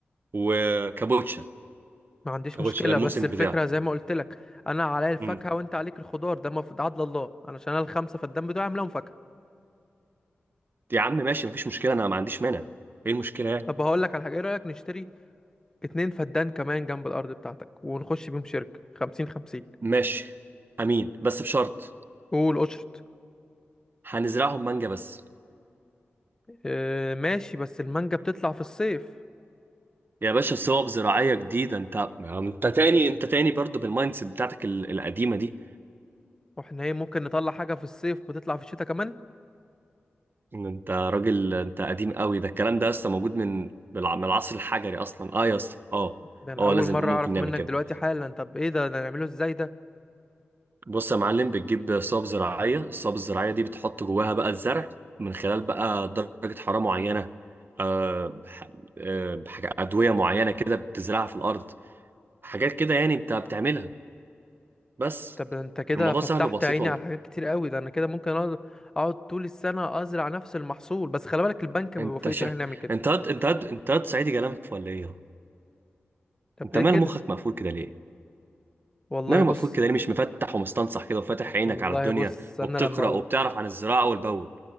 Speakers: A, on the right; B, on the left.
A: وكابوتشا
B: ما عنديش
A: كابوتشا
B: مشكله
A: ده الموسم
B: بس الفكره
A: بتاعه
B: زي ما قلت لك انا عليا الفاكهه
A: امم
B: وانت عليك الخضار ده مفروض عدل الله علشان انا الخمسه فالدم بتوعي عاملهم فاكهه
A: يا عم ماشي مفيش مشكلة انا ما عنديش مانع ايه المشكلة يعني
B: طب هقول لك على حاجه ايه رايك نشتري اتنين فدان كمان جنب الارض بتاعتك ونخش بيهم شركه خمسين خمسين
A: ماشي امين بس بشرط
B: قول قشط
A: هنزرعهم مانجا بس
B: اه ماشي بس المانجا بتطلع في الصيف
A: يا باشا صوب زراعية جديدة انت ما انت تاني انت تاني برضو بالمايند سيت بتاعتك ال- القديمة دي
B: واحنا ايه ممكن نطلع حاجه في الصيف وتطلع في الشتاء كمان
A: ان انت راجل انت قديم قوي ده الكلام ده لسه موجود من بالع- من العصر الحجري اصلا اه يا اسطى اه
B: ده انا
A: اه
B: اول
A: لازم
B: مره
A: ممكن
B: اعرف
A: نعمل
B: منك
A: كده
B: دلوقتي حالا طب ايه ده ده نعمله ازاي ده
A: بص يا معلم بتجيب صوب زراعية الصوب الزراعية دي بتحط جواها بقى الزرع من خلال بقى درجة حرارة معينة آه ح- آه، حاجة أدوية معينة كده بتزرعها في الأرض حاجات كده يعني انت بتعملها بس
B: طب ده انت كده
A: الموضوع
B: فتحت
A: سهل وبسيط
B: عيني
A: والله
B: على حاجات كتير قوي ده انا كده ممكن اقعد أقعد طول السنه ازرع نفس المحصول بس خلي بالك البنك ما
A: انت
B: بيوافقش
A: شا...
B: ان احنا نعمل كده
A: انت هاد... انت هاد... انت هاد صعيدي جلنف ولا ايه
B: طب
A: انت
B: ليه
A: مال
B: كده
A: مخك مقفول كده ليه
B: والله
A: ماله
B: بص
A: مقفول كده ليه مش مفتح ومستنصح كده وفاتح عينك
B: والله
A: على الدنيا
B: بص انا
A: وبتقرا
B: لما
A: وبتعرف عن الزراعه والبول